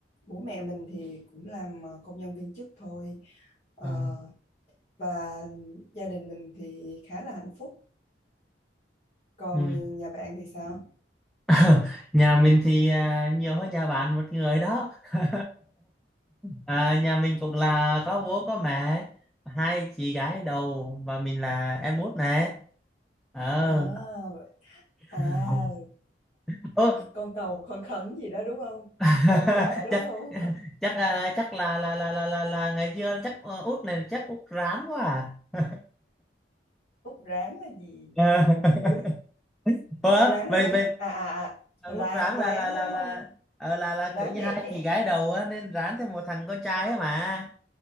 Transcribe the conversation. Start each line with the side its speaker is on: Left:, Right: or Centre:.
Left: bố mẹ mình thì cũng làm ờ, công nhân viên chức thôi Ờ,
Centre: ờ,
Left: và gia đình mình thì khá là hạnh phúc còn
Centre: ừ.
Left: nhà bạn thì sao
Centre: <laughs> Nhà mình thì à, nhiều hơn nhà bạn một người đó. <laughs> à, nhà mình cũng là có bố có mẹ, hai chị gái đầu và mình là em út nè. Ờ.
Left: à, vậy-
Centre: <laughs>
Left: à
Centre: Ô,
Left: con cầu con khấn gì đó đúng không
Centre: <laughs>
Left: cậu kẹ đúng
Centre: chắc
Left: không <laughs>
Centre: chắc à, chắc là là là là là, là ngày xưa chắc ờ, út này chắc út rán quá à
Left: út ráng là gì
Centre: <laughs>
Left: mình không biết
Centre: Ờ,
Left: út ráng
Centre: vậy
Left: là gì
Centre: vậy
Left: à à à
Centre: út
Left: ra
Centre: rán
Left: ráng
Centre: là là là
Left: đúng
Centre: là
Left: không
Centre: ờ, là là
Left: ráng
Centre: kiểu như
Left: đẻ
Centre: hai chị gái đầu á, nên rán thêm một thằng con trai á mà